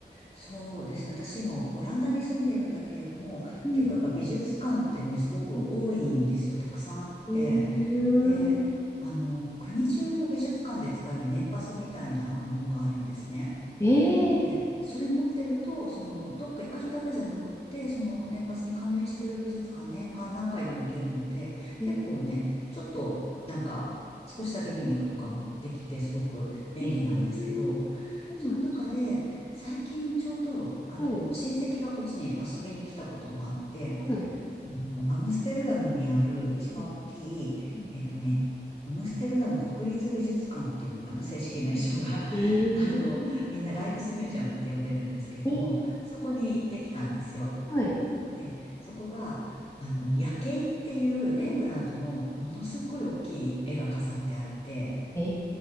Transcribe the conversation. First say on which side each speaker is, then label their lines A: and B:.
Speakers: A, on the left (about 35°); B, on the left (about 15°).
A: そうですね。私もオランダに住んでいるんだけれども、
B: うん。
A: 結構やっぱ美術館ってね、すごく多いんですよ。
B: うん
A: たくさんあって。
B: うーん。
A: で、あの、国中の美術館で使える年パスみたいなものがあるんですね。
B: ええ
A: で、それ持ってると、その、どっか一箇所だけじゃなくって、その年パスに加盟してる美術館年間何回でも行けるので、
B: うん
A: 結構ね、ちょっと、なんか、少しだけ見に行くとかもできて、すごく便利なんですけど、
B: ええそうなんです。
A: その中で、最近ちょうど、あの、
B: はい。
A: 親戚がこっちに遊びに来たこともあって、
B: はい。
A: あの、アムステルダムにある一番大きい、
B: うんうんうん
A: えっとね、アムステルダム国立美術館っていうのかな、正式名称が。
B: ええ
A: <laughs> あの、みんなライクスミュージアムって呼んでるんですけれども、
B: ええ
A: そこに行ってきたんですよ。
B: はい。
A: で、そこが、あの、夜景っていうレンブラントのものすごい大きい絵が飾ってあって、
B: え